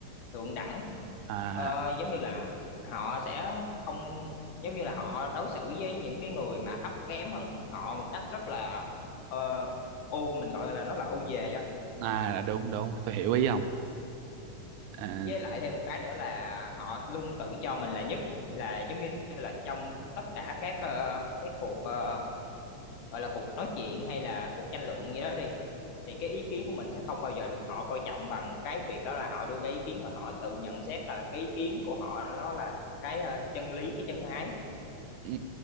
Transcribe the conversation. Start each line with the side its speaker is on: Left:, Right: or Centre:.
Left: thượng đẳng.
Right: à
Left: Ờ, giống như là họ sẽ không giống như là họ đối xử với những cái người mà thấp kém hơn họ một cách rất là ờ, ô mình gọi là nó là ô về á.
Right: à đúng đúng tôi hiểu ý ông à,
Left: Với lại thêm một cái nữa là họ luôn tự cho mình là nhất là giống như là trong tất cả các ờ, cái cuộc ờ, gọi là cuộc nói chuyện hay là cuộc tranh luận gì đó đi thì cái ý kiến của mình sẽ không bao giờ được họ coi trọng bằng cái việc đó là họ đưa ra ý kiến và họ tự nhận xét là cái ý kiến của họ nó là cái ờ, chân lý cái chân ái
Right: ừ,